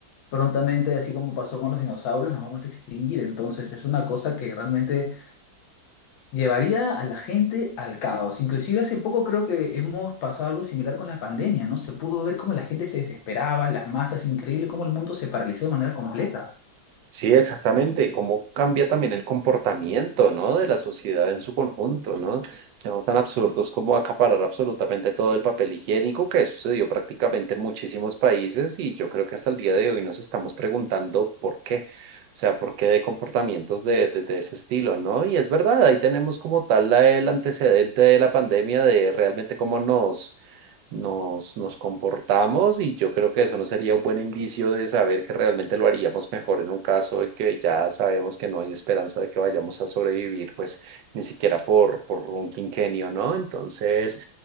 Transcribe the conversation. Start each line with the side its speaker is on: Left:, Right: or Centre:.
Left: prontamente, así como pasó con los dinosaurios, nos vamos a extinguir. Entonces es una cosa que realmente llevaría a la gente al caos. Inclusive hace poco creo que hemos pasado algo similar con la pandemia, ¿no? Se pudo ver cómo la gente se desesperaba, las masas, increíble cómo el mundo se paralizó de manera completa.
Right: Sí, exactamente. Y cómo cambia también el comportamiento, ¿no? De la sociedad en su conjunto, ¿no? Temas tan absurdos como acaparar absolutamente todo el papel higiénico que sucedió prácticamente en muchísimos países y yo creo que hasta el día de hoy nos estamos preguntando por qué. O sea, por qué de comportamientos de, de, de ese estilo, ¿no? Y es verdad, ahí tenemos como tal la- el antecedente de la pandemia de realmente cómo nos nos, nos comportamos y yo creo que eso no sería un buen indicio de saber que realmente lo haríamos mejor en un caso y que ya sabemos que no hay esperanza de que vayamos a sobrevivir, pues ni siquiera por, por un quinquenio, ¿no? Entonces,